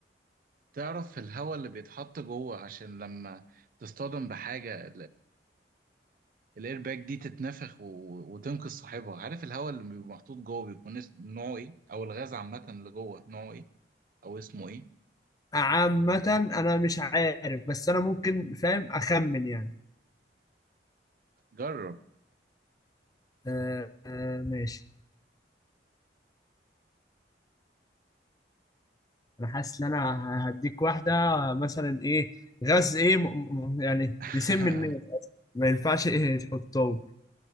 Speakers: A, on the right (about 50°); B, on the left (about 20°).
A: تعرف الهواء اللي بيتحط جوه عشان لما تصطدم بحاجة الايرباك دي تتنفخ و... وتنقذ صاحبها عارف الهواء اللي بيبقى محطوط جوه بيكون اس- نوعه ايه او الغاز عامه اللي جوه نوعه ايه او اسمه ايه
B: عامة انا مش عارف بس انا ممكن فاهم اخمن يعني
A: جرب
B: آه آه ماشي انا حاسس ان انا هديك واحده مثلا ايه غاز ايه م- م- يعني
A: <laughs>
B: يسم الناس أصلاً. ما ينفعش ايه تحطه